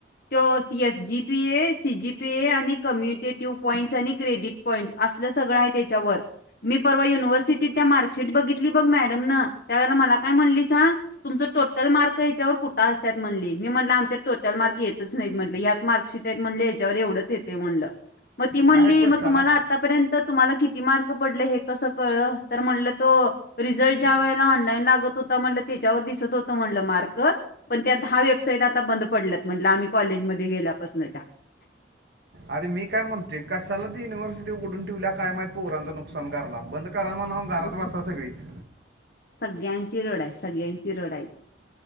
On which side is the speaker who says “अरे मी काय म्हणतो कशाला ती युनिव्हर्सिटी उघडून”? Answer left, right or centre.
Right